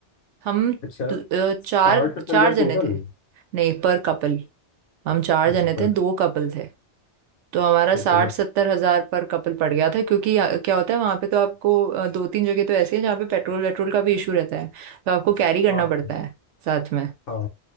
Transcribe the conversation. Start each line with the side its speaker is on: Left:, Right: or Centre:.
Right: हम
Left: अच्छा
Right: दु- अ,
Left: साठ
Right: चार
Left: सत्तर
Right: चार
Left: हजार
Right: जने
Left: टोटल
Right: थे नहीं पर कपल हम चार
Left: अच्छा
Right: जने
Left: पर
Right: थे दो कपल थे तो हमारा
Left: ओके
Right: साठ
Left: मत
Right: सत्तर हजार पर कपल पड़ गया था क्योंकि यहाँ- क्या होता है वहां पे तो आपको अ, दो तीन जगह तो ऐसी है जहाँ पे पेट्रोल वेट्रोल का भी इशू रहता है तो आपको कैरी करना
Left: हाँ
Right: पड़ता है साथ में
Left: हाँ